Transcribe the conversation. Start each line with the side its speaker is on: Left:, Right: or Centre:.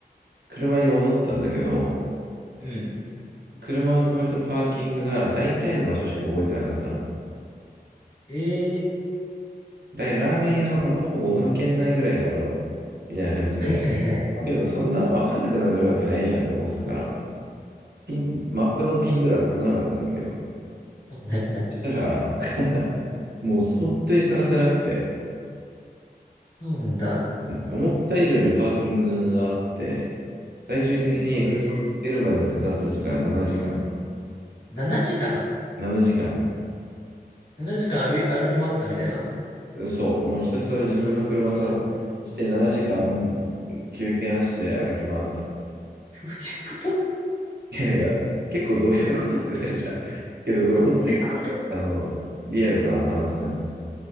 Right: 車に戻ったんだけど、
Left: うん。
Right: 車を止めたパーキングが大体の場所しか覚えてなかったの。
Left: ええ
Right: だいラーメン屋の、
Left: そう。
Right: まあ、徒歩5分圏内ぐらいだろう、みたいな感じで。
Left: はいはいはい。
Right: だけど、そんな分かんなくなるわけないじゃんと思ってたから、ピン、マップのピンとか刺さなかったんだけど、
Left: はいはいはい。
Right: そしたら、もう本当に探せなくて、
Left: そうなんだ。
Right: うん思った以上にパーキングがあって、最終的に車を見つけるまでにかかった時間7時間。
Left: えー、7時間
Right: 7時間。
Left: ?7 時間歩い、歩き回ってたみたいな。
Right: そう、もうひたすら自分の車さして7時間休憩なしで歩き回った。
Left: どういうこと
Right: いやいや、結構どういうことってなるじゃん。けどこれ本当に、
Left: どういうこと
Right: あの、リアルなお話なんですよ。